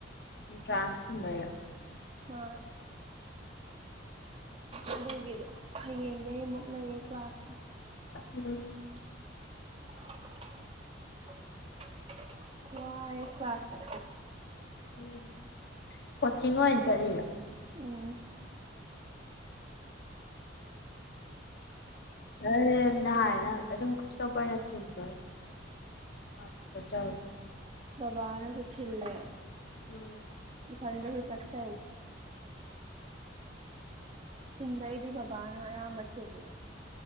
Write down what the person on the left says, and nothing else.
ꯇ꯭ꯔꯥꯁꯕꯔ
ꯎꯝ
ꯎꯝ ꯀꯣꯆꯤꯡꯤꯡꯣ ꯏꯟ ꯆꯔꯔ
ꯑ ꯅꯍꯥꯟꯅ ꯑꯗꯨꯝ ꯈꯨꯁꯇꯣꯞꯄꯅ ꯊꯤꯗ ꯑꯆꯥ ꯆ
ꯎꯝ